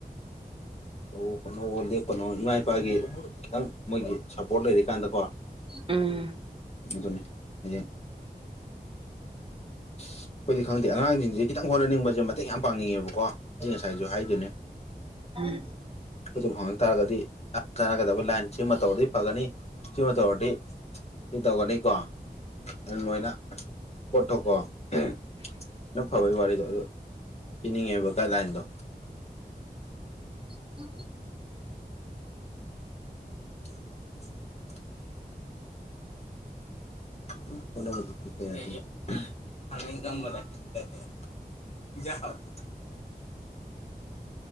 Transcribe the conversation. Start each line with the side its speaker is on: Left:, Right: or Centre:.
Left: ꯇꯧꯎ ꯍꯣꯠꯅꯧꯑꯣ ꯂꯦꯞꯄꯣꯠꯅꯣ ꯏꯃꯥ ꯏꯄꯥꯒꯤ ꯈꯤꯇꯪ ꯃꯣꯏꯒꯤ ꯁꯞꯄꯣꯔꯠ ꯂꯩꯔꯤꯀꯥꯟꯗꯀꯣ
Right: ꯎꯝ
Left: ꯑꯗꯨꯅꯤ ꯍꯌꯦꯡ ꯑꯩꯈꯣꯏꯗꯤ ꯈꯪꯗꯦ ꯑꯉꯥꯡꯁꯤꯡꯁꯦ ꯈꯤꯇꯪ ꯍꯣꯠꯅꯅꯤꯡꯕꯁꯦ ꯃꯇꯦꯡ ꯌꯥꯝ ꯄꯥꯡꯅꯤꯡꯉꯦꯕꯀꯣ ꯑꯩ ꯉꯁꯥꯏꯁꯨ ꯍꯥꯏꯗꯨꯅꯦ
Right: ꯎꯝ
Left: ꯑꯗꯨ ꯐꯪꯉꯛ ꯇꯥꯔꯒꯗꯤ ꯆꯥꯟꯅꯒꯗꯕ ꯂꯥꯏꯟ ꯁꯤꯃꯥ ꯇꯧꯔꯗꯤ ꯐꯒꯅꯤ ꯁꯤꯃ ꯇꯧꯒꯗꯤ ꯁꯤꯇꯧꯒꯅꯤ ꯀꯣ ꯑꯗꯨꯅꯣꯏꯅ ꯄꯣꯠꯇꯣꯀꯣ ꯎꯝ ꯅꯪ ꯐꯕꯒꯤ ꯋꯥꯔꯤꯗꯣ ꯑꯗꯨ ꯄꯤꯅꯤꯡꯉꯦꯕ ꯒꯥꯏꯗꯂꯥꯏꯟꯗꯣ
Right: <unintelligible>
Left: <unintelligible> ꯍꯝ ꯍꯣꯠꯅꯕꯗꯤ ꯂꯦꯞꯄ ꯌꯥꯗꯦ ꯎꯝ <unintelligible>